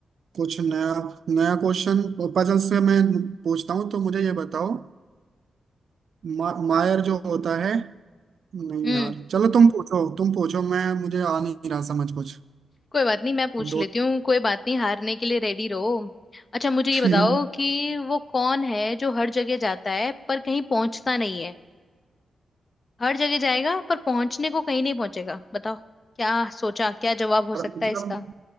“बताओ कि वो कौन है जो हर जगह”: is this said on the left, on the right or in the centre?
Left